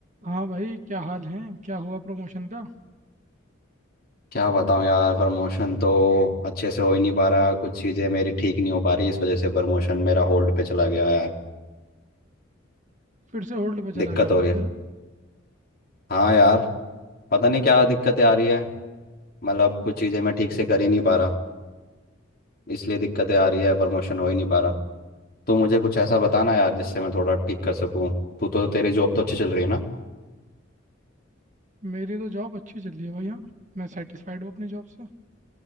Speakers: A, on the right (about 40°); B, on the left (about 50°).
A: हाँ भाई क्या हाल है क्या हुआ प्रमोशन का
B: क्या बताऊं यार प्रमोशन तो अच्छे से हो ही नहीं पा रहा कुछ चीज़ें मेरी ठीक नहीं हो पा रही इस वजह से प्रमोशन मेरा होल्ड पे चला गया यार
A: फिर से होल्ड पे
B: दिक्कत
A: चला गया भाई
B: हो रही है
A: तेरा
B: हाँ यार पता नहीं क्या दिक्कतें आ रही है मतलब कुछ चीज़ें मैं ठीक से कर ही नहीं पा रहा इसलिए दिक्कतें आ रही है प्रमोशन हो ही नहीं पा रहा तो मुझे कुछ ऐसा बताना यार जिससे मैं थोड़ा ठीक कर सकूँ तू तो तेरी जॉब तो अच्छी चल रही है ना
A: मेरी तो जॉब अच्छी चल रही है भाई हाँ मैं सेटिस्फाइड हूँ अपनी जॉब से